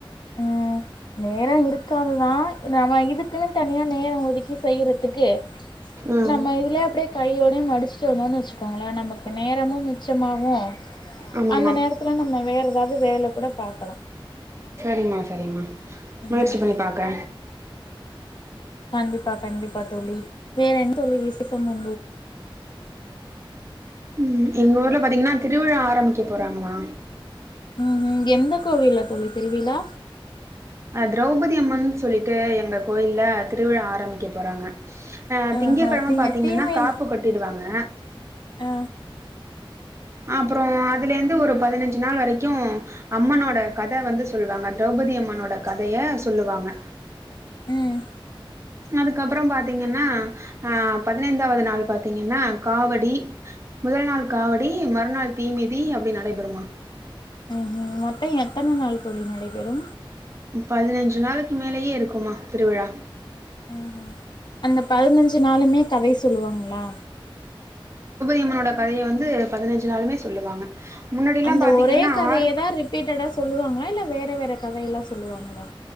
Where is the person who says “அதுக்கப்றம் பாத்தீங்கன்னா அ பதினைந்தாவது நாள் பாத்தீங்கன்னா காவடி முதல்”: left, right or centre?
Right